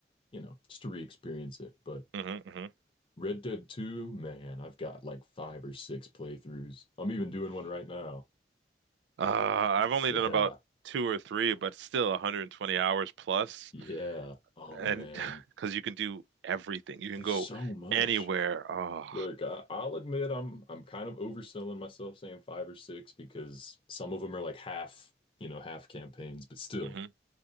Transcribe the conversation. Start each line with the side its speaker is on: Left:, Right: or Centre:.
Left: you know, just to re-experience it. But
Right: hmm hmm
Left: Red Dead 2, man, I've got like five or six playthroughs. I'm even doing one right now.
Right: Uh, I've
Left: <laughs>
Right: only
Left: Yeah.
Right: done about two or three, but still 120 hours plus.
Left: Yeah. Oh
Right: And
Left: man,
Right: <sighs> because you can do everything, you can
Left: there's
Right: go
Left: so much.
Right: anywhere. Oh,
Left: Look, I, I'll admit I'm I'm kind of overselling myself saying five or six because some of them are like half, you know, half campaigns, but still.
Right: hmm